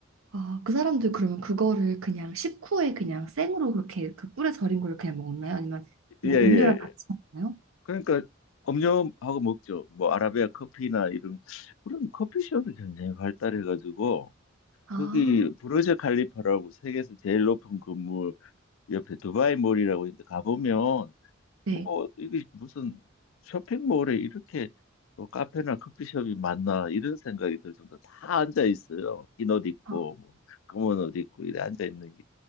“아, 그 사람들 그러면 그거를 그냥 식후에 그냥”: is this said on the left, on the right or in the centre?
Right